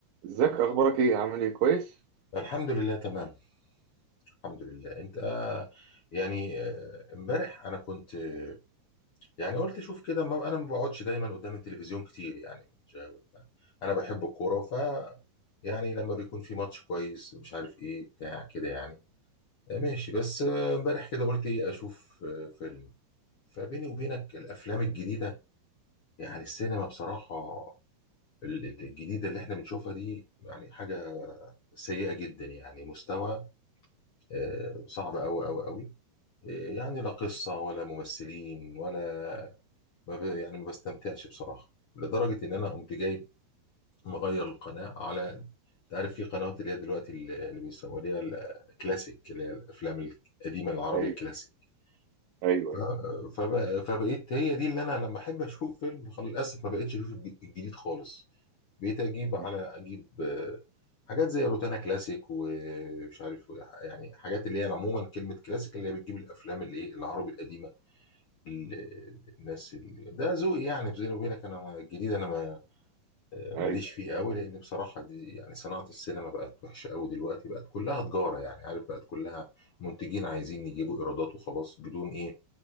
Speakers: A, on the right; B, on the left.
A: ازيك اخبارك ايه عامل ايه كويس
B: الحمد لله تمام الحمد لله انت آه، يعني آه، امبارح انا كنت آه، يعني قلت شوف كده ما انا ما بقعدش دايما قدام التلفزيون كتير يعني مش غاوي بتاع. انا بحب الكوره ف يعني لما بيكون في ماتش كويس مش عارف ايه بتاع كده يعني آه، ماشي بس آه، امبارح كده قلت ايه اشوف آه، فيلم فبيني وبينك الافلام الجديده يعني السينما بصراحه ال- ال- الجديده اللي احنا بنشوفها دي يعني حاجه سيئه جدا يعني مستوى آه، صعب قوي قوي قوي يعني لا قصة ولا ممثلين ولا ما ب... يعني ما بستمتعش بصراحة لدرجة إن أنا قمت جايب مغير القناة على أنت عارف في قنوات اللي هي دلوقتي اللي اللي بيسموها اللي هي الكلاسيك اللي هي الأفلام القديمة العربي
A: ايوه
B: الكلاسيك
A: ايوه
B: ف...
A: ايوه
B: فب... فبقيت هي دي اللي أنا لما أحب أشوف فيلم خلاص للأسف ما بقتش أشوف الج- الجديد خالص بقيت أجيب
A: مم.
B: على أجيب آه، حاجات زي روتانا كلاسيك ومش عارف يعني حاجات اللي هي عموما كلمة كلاسيك اللي هي بتجيب الأفلام اللي إيه العربي القديم ال- الناس اللي ده ذوقي يعني بيني وبينك انا ما- الجديد انا ما آه، ماليش
A: ايوه
B: فيه قوي لان بصراحه دي يعني صناعه السينما بقت وحشه قوي دلوقتي بقت كلها تجاره يعني عارف بقت كلها منتجين عايزين يجيبوا ايرادات وخلاص بدون ايه